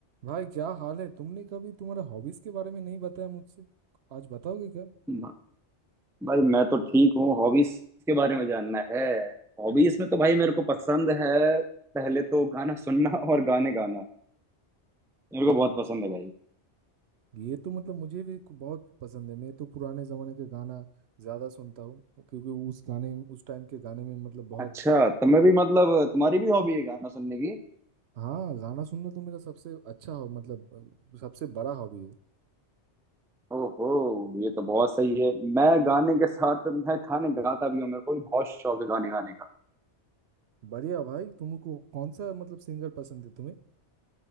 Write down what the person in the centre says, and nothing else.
भा- भाई मैं तो ठीक हूँ हॉबीज के बारे में जानना है हॉबीज में तो भाई मेरे को पसंद है पहले तो गाना सुनना <laughs> और गाने गाना मेरे
को बहुत पसंद है भाई
अच्छा तुम्हें भी
मतलब तुम्हारी भी हॉबी है गाना सुनने की
ओहो ये तो बहुत सही है मैं गाने के साथ मैं गाने गाता भी हूँ मेरे को भी बहुत शौक है गाने गाने का